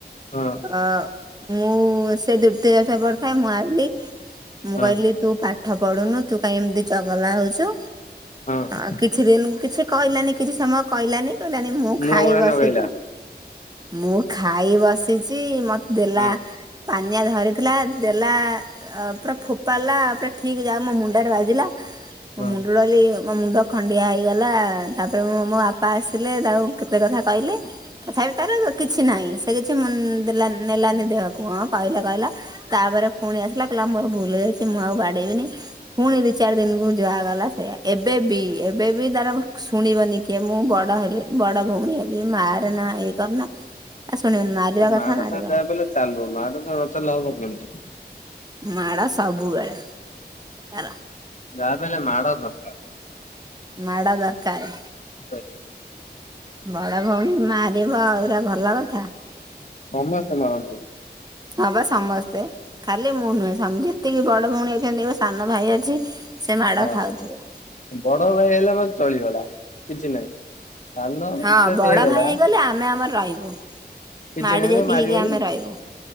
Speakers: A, on the left; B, on the right.
A: ହଁ।
B: ଅ ମୁଁ ସେ ଦୃତୀୟ ଓସା କରିଥାଏ ମୁଁ ଆଇଲି ମୁଁ
A: ହଁ
B: କହିଲି ତୁ ପାଠ ପଢୁନୁ ତୁ କାହିଁ ଏମିତି ଚଗଲା ହଉଛୁ।
A: ହଁ।
B: ଆଉ କିଛି ଦିନ କିଛି କହିଲାନି କିଛି ସମୟ କହିଲାନି କହିଲାନି ମୁଁ
A: ମୁହଁ
B: ଖାଇ
A: ଗୁଡା
B: ବସିଚି
A: ନଗେଇଲା
B: ମୁଁ ଖାଇ ବସିଛି ମତେ ଦେଲା
A: ହଁ
B: ପାନିଆ ଧରିଥିଲା ଦେଲା ପୁରା ଫୋପାଡିଲା ପୁରା ଠିକ୍ ଯାକ ମୋ ମୁଣ୍ଡରେ ବାଜିଲା। ମୋ
A: ହଁ।
B: ମୁଣ୍ଡ ଡାଲି ମୋ ମୁଣ୍ଡ ଖଣ୍ଡିଆ ହେଇଗଲା ତାପରେ ମୁ ମୋ ବାପା ଆସିଲେ ତାକୁ କେତେ କଥା କହିଲେ। ତଥାପି ତାର କିଛି ନାହିଁ ସେ କିଛି ଦେଲାନି ନେଲାନି ଦେହକୁ ହଁ କହିଲା କହିଲା। ତାପରେ ପୁଣି ଆସିଲା କହିଲା ମୋର ଭୁଲ ହେଇଯାଉଛି ମୁଁ ଆଉ ବାଡେଇବିନି। ପୁଣି ଦି ଚାରି ଦିନକୁ ଯହାଗଲା ସେଇଆ ଏବେ ବିି ଏବେ ବିି ତାର ଶୁଣିବନି କି। ମୁଁ ବଡ ହେଲି ବଡ ଭଉଣୀ ହେବି ମାରେନା ଇଏ କରନା ଆ ଶୁଣିବନି ମାରିବା କଥା
A: ମାଡ
B: ମାରିବ।
A: ଟା ଯାହା ବଲେ ଚାଲୁ ମାଡ ନ ଚାଲିଲେ ହବ କେମିତି।
B: ମାଡ଼ ସବୁବେଳେ ତାର।
A: ଯାହାବି ହେଲେ ମାଡ଼ ସଟ।
B: ମାଡ ଦରକାର।
A: <unintelligible>
B: ବଡ ଭଉଣୀ ମାରିବ ଏଗୁରା ଭଲ କଥା।
A: ସମସ୍ତ ମାରନ୍ତି।
B: ହବା ସମସ୍ତେ ଖାଲି ମୁଁ ନୁହେଁ ଯେତିକି ବଡ ଭଉଣୀ ଅଛନ୍ତୀ ସାନ ଭାଇ ଅଛି ସେ ମାଡ଼
A: ହଁ
B: ଖାଉଥିବେ।
A: ବଡ ଭାଇ ହେଲେ ମତେ ଚଳିଗଲା କିଛି ନାହିଁ ସାନ ଭାଇ
B: ହଁ
A: ଯଦି
B: ବଡ
A: ହେଇଗଲା।
B: ଭାଇ ହେଇଗଲେ ଆମେ ଆମର ରହିବୁ।
A: କିଛି
B: ମାଡି
A: ନାହିଁ
B: ଯାକି
A: ତାକୁ ମାରିବନି।
B: ହେଇକି ଆମେ ରହିବୁ